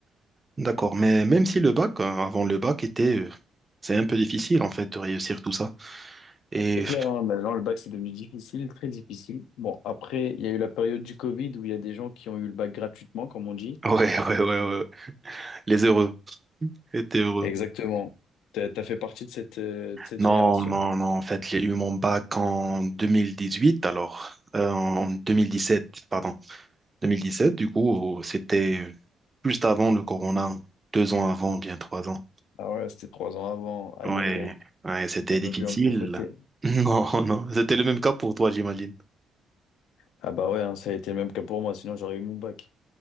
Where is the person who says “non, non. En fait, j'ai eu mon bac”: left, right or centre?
Right